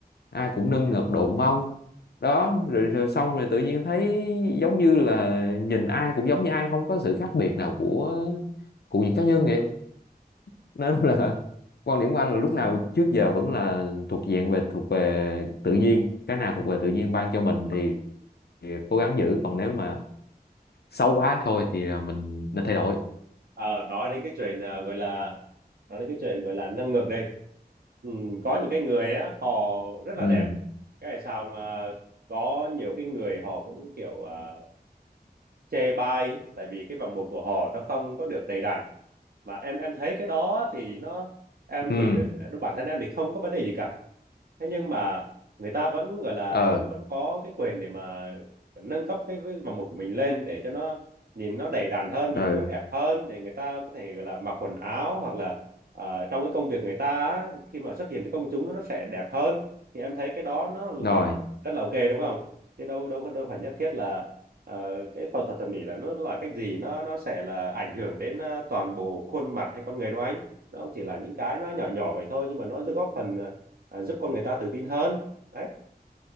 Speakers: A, on the left (about 75°); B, on the right (about 65°).
A: ai cũng nâng
B: <laughs>
A: ngực độ mông đó rồi, rồi xong rồi tự nhiên thấy giống như là nhìn ai cũng giống như ai không có sự khác biệt nào của của những cá nhân vậy nên là <laughs> quan điểm của anh là lúc nào trước giờ vẫn là thuộc dạng về thuộc về tự nhiên cái nào thuộc về tự nhiên ban cho mình thì thì cố gắng giữ còn nếu mà xấu quá thôi thì là mình nên thay đổi
B: ờ, nói đến cái chuyện ờ, gọi là nói đến cái chuyện gọi là nâng ngực đi ừ, có những cái người á họ rất là
A: ừ
B: đẹp cái này sao có nhiều cái người họ cũng kiểu à, chê bai tại vì cái vòng một của họ nó không có được đầy đặn mà em em thấy cái đó thì nó em
A: ừ
B: thì đ- bản thân em thì không có vấn đề gì cả thế nhưng mà người ta vẫn gọi là
A: ờ
B: vẫn vẫn có cái quyền để mà nâng cấp cái vòng một của mình lên để cho nó nhìn nó đầy đặn hơn nhìn
A: ừ
B: nó đẹp hơn để người ta có thể gọi là mặc quần áo hoặc là ờ, trong cái công việc người ta á, khi mà xuất hiện trước công chúng nó sẽ đẹp hơn thì em thấy cái đó nó là
A: rồi
B: rất là ok đúng không chứ đâu đâu đâu phải nhất thiết là ờ, cái phẫu thuật thẩm mỹ là nó là cái gì nó nó sẽ là ảnh hưởng đến ờ, toàn bộ khuôn mặt hay con người đâu anh nó chỉ là những cái nó nhỏ nhỏ vậy thôi nhưng mà nó góp phần ờ, à, giúp con người ta tự tin hơn đấy